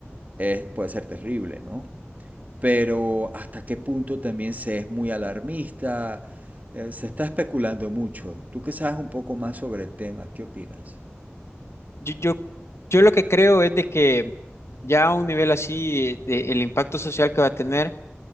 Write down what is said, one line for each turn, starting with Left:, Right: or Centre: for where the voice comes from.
Right: es- puede ser terrible, ¿no? Pero hasta qué punto también se es muy alarmista, eh, se está especulando mucho. Tú que sabes un poco más sobre el tema, ¿qué opinas?
Left: Yo, yo, yo lo que creo es de que ya a un nivel así, de- el impacto social que va a tener